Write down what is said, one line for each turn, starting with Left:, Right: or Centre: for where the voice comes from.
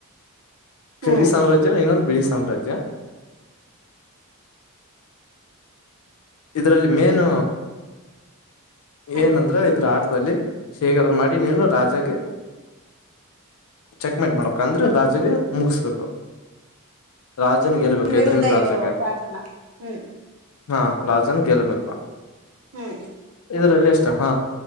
Right: ಹ್ಮ್
Left: ಕೆರಿ ಸಾಮ್ರಾಜ್ಯ ಇನ್ನೊಂದು ಬಿಳಿ ಸಾಮ್ರಾಜ್ಯ. ಇದ್ರಲ್ಲಿ ಮೇನ್
Right: ಹ್ಮ್
Left: ಏನಂದ್ರೆ ಇದ್ರ ಆಟದಲ್ಲಿ. ಹೇಗಾದ್ರರು ಮಾಡಿ ನೀನು ರಾಜಾಗ ಚೆಕ್ಮೆಂಟ್ ಮಾಡಕ ಅಂದ್ರೆ ರಾಜಗೆ. ಮುಗಿಸ್ಬೇಕೂ ರಾಜನ ಗೆಲ್ಬೇಕು ಹೆದುರಿನ
Right: ವಿರುದ್ಧ
Left: ರಾಜಾಗ.
Right: ಇರೋ ರಾಜನ ಹ್ಮ್
Left: ಹಾ ರಾಜನ್ ಗೆಲ್ಬೇಕು.
Right: ಹ್ಮ್
Left: ಇದರಲ್ಲಿ ಎಷ್ಟ ಹಾ